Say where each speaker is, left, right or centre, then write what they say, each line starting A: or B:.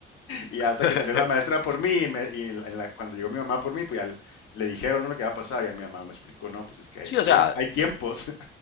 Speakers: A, on the left; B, on the left.
A: Y
B: <laughs>
A: hasta que salió la maestra por mí y, me- y en la- en la- cuando llegó mi mamá por mí, pues ya le, le dijeron, ¿no? Lo que había pasado y a mi mamá me explicó, no, pues es que hay,
B: Sí,
A: tiemp-
B: o sea.
A: hay tiempos.